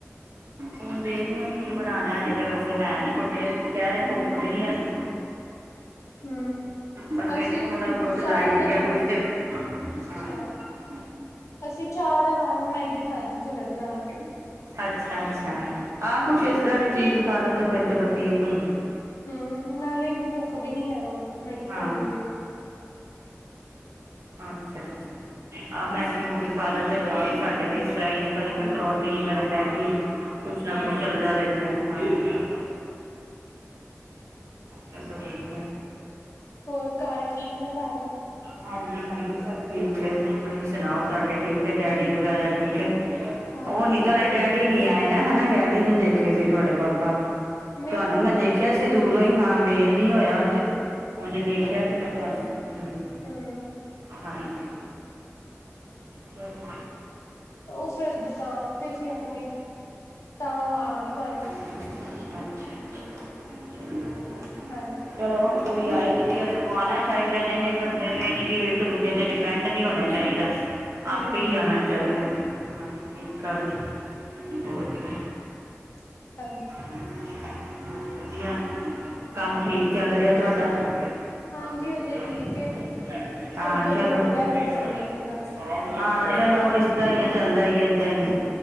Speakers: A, on the right (about 70°); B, on the left (about 80°).
A: ਹੁਣ ਦੇਖਦੇ ਆ ਕੀ ਬਣਾਣਾ ਅਜੇ ਤੇ ਵੈਸੇ ਹੈ ਨੀ ਕੁਛ ਕਹਿ ਰਹੇ ਭੁ ਕ ਨੀ ਹੈਗੀ।
B: ਹੂੰ,
A: ਪਰ ਫੇਰ
B: ਅਸੀਂ
A: ਵੀ ਥੋੜਾ-ਬਹੁਤ
B: ਚਾਹ
A: ਲਾਈਟ
B: ਦੇ
A: ਗਿਆ
B: ਨਾਲ
A: ਕੁਛ ਤੇ, ਹਾਂ।
B: ਅੱਛਾ, ਅਸੀਂ ਚਾਹ ਦੇ ਨਾਲ ਮੈਗੀ ਖਾਧੀ ਸੀ ਹੁਣੇ ਬਣਾ ਕੇ।
A: ਅੱਛਾ-ਅੱਛਾ ਆਹ ਕੁਛ ਇਸ ਤਰ੍ਹਾਂ ਦੀ ਚੀਜ਼ ਖਾਾਲ ਲੋ ਤੇ ਫੇਰ ਚਲੋ ਠੀਕ ਹੁੰਦਾ।
B: ਹੁ ਨਾਲੇ ਇਨੀ ਭੁੱਖ ਵੀ ਨੀ ਹੈ ਹੁਣ। ਮੈਗੀ
A: ਹਾਂ।
B: ਖਾ <inaudible>
A: ਅੱਛਾ-ਅੱਛਾ। ਆ ਮੈਗੀ-ਮੂਗੀ ਖਾ ਲੈਂਦੇ ਬੱਚੇ ਸਾਡੇ ਵੀ ਇਸ ਤਰ੍ਹਾਂ ਹੀ ਹੈ ਕਦੇ ਮੈਕਰੋਨੀ, ਕਦੇ ਮੈਗੀ। ਕੁਛ ਨਾ
B: ਹਾਂ,
A: ਕੁੱਛ ਚੱਲਦਾ ਰਹਿੰਦਾ। ਹਾਂ ਚਲੋ ਵਧੀਆ।
B: ਹੋਰ ਘਰ ਠੀਕ ਨੇ ਸਾਰੇ।
A: ਹਾਂਜੀ-ਹਾਂਜੀ ਸਭ ਠੀਕ ਹੈ ਤੁਸੀਂ ਸੁਣਾਓ ਤੁਹਾਡੇ ਠੀਕ ਹੈ ਡੈਡੀ ਵਗੈਰਾ ਠੀਕ ਹੈ?
B: ਹਾਂਜੀ,
A: ਉਹ ਨੀ
B: ਸਾਰੇ
A: ਤੁਹਾਡੇ ਡੈਡੀ
B: ਠੀਕ।
A: ਨੀ ਆਏ ਨਾ ਹਨਾ ਡੈਡੀ ਨੀ ਦੇਖੇ ਸੀ ਤੁਹਾਡੇ ਪਾਪਾ।
B: ਨਹੀਂ
A: ਤੁਹਾਨੂੰ
B: ਉਹ
A: ਮੈਂ
B: ਨਹੀਂ
A: ਦੇਖਿਆ
B: ਆਏ,
A: ਸੀ ਦੂਰੋਂ ਹੀ ਹਾਂ ਮੇਲ ਨ ਹੋਇਆ ਉੰਝ। ਹੁਣ ਦੇਖਿਆ ਸੀ ਮੈਂ ਤੁਹਾਨੂੰ ਹਮ
B: ਹੂੰ।
A: ਹਾਂਜੀ। ਚਲੋ।
B: ਉਹ ਫੇਰ ਦੁਕਾਨ ਤੇ ਸੀ ਆਪਣੀ, ਤਾਂ ਆ ਨਹੀਂ ਪਾਏ।
A: ਅੱਛਾ, ਅੱਛਾ ਠੀਕ ਏ
B: ਹਾਂਜੀ।
A: ਚਲੋ। ਤੁਸੀਂ ਆਏ ਵਧੀਆ, ਸਗੌ ਆਉਣਾ ਚਾਹੀਦੈ ਨਹੀਂ, ਨਹੀਂ, ਬੰਦੇ ਨੂੰ ਇਹ ਨੀ ਕਿ, ਇੱਕ ਦੂਜੇ ਤੇ ਡਿਪੈਂਡ ਨਹੀਂ ਹੋਣਾ ਚਾਹੀਦਾ।
B: ਹੂੰ,
A: ਆਪੇ ਹੀ ਆਉਣਾ ਚਾਹੀਦੈ। ਹਾਂ, ਠੀਕ ਗੱਲ ਏ, ਹੋਰ ਕੀ।
B: <unintelligible>
A: <unintelligible> ਵਧੀਆ, ਕੰਮ ਠੀਕ ਚੱਲ ਰਿਐ ਤੁਹਾਡਾ। <unintelligible>
B: ਹਾਂਜੀ ਹਜੇ ਠੀਕ ਏ।
A: ਹਾਂ,
B: ਕਦੀ-ਕਦੀ
A: ਚਲੋ।
B: ਹੁੰਦਾ, ਹੈ, ਕਦੀ ਨਹੀਂ
A: <unintelligible>
B: ਹੁੰਦਾ।
A: ਹਾਂ, ਚਲੋ ਇਸ ਤਰ੍ਹਾਂ ਹੀ ਏ ਚੱਲਦਾ ਈ ਏ ਏਦਾਂ ਹੀ,